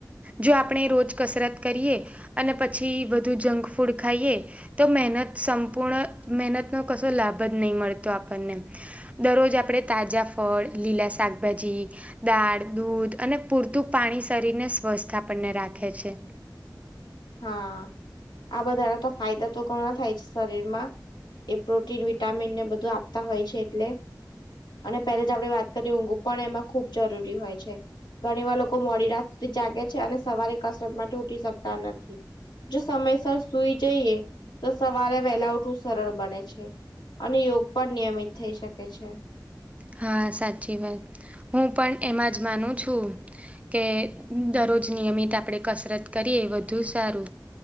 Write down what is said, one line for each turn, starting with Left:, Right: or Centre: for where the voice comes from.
Right: જો આપણે રોજ કસરત કરીએ અને પછી વધધુ જંક ફૂડ ખાઈએ તો મહેનત સંપૂર્ણ મહેનતનો કશો લાભ જ નહીં મળતો આપણને. દરરોજ આપણેે તાજા ફળ લીલા શાકભાજી. દાળ દૂધ અને પૂરતું પાણી શરીરને સ્વસ્થ આપણને રાખે છે.
Left: હા આ બધાના તો ફાયદા તો ઘણા થાય છે, શરીરમાં. એ પ્રોટીન વિટામીનને બધું આપતા હોય છે, એટલે. અને પહેલે જ આપણે વાત કરીએ ઊંઘું પણ એમાં ખૂબ જરૂરી હોય છે. ઘણી વાર લોકો મોડી રાત સુધી જાગે છે, અને સવારે કસરત માટે ઉઠી શકતા નથી. જો સમયસર સુઈ જઈએ તો સવારે વહેલા ઉઠવું સરળ બને છે. અને યોગ પણ નિયમિત થઈ શકે છે.
Right: હા સાચી વાત હું પણ એમાં જ માનું છું. કે દરરોજ નિયમિત આપણેે કસરત કરીએ વધુ સારું.